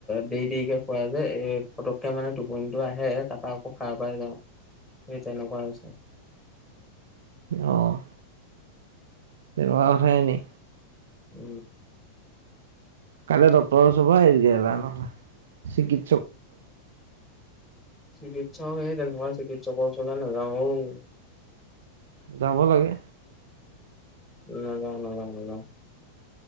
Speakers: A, in the centre; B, on the right.
A: দেই-দেইকে শুৱা যে, এই পটককে মানে টোপনিটো আহে। তাপা আকৌ খাৰ পৰাই যাওঁ। এই তেনেকুৱা হৈছে।
B: অ' তেনেকুৱা কথাই নি?
A: উ।
B: কালে ডক্টৰ ওচৰৰ পৰা, এ গেলা নহয়, চিগি
A: চিকিৎসক হেই তেনকুৱা চিকিৎসকৰ ওচৰলৈ নাযাওঁ অ'।
B: যাব লাগে।
A: নাযাওঁ, নাযাওঁ, নাযাওঁ।